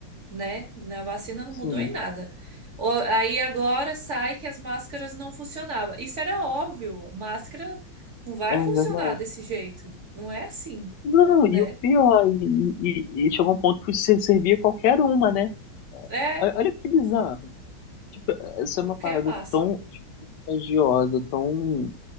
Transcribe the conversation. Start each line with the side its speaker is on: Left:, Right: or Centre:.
Right: né? Na vacina não
Left: sim,
Right: mudou em nada. O- Aí agora sai que as máscaras não funcionavam. Isso era óbvio, máscara não vai
Left: é
Right: funcionar
Left: verdade.
Right: desse jeito. Não é assim,
Left: Não,
Right: né?
Left: e o pior, e, e- e chegou um ponto que você servia qualquer uma, né?
Right: É
Left: Olha olha que bizarro. Tipo, essa
Right: qualquer
Left: é uma parada
Right: máscara.
Left: tão tipo, contagiosa, tão,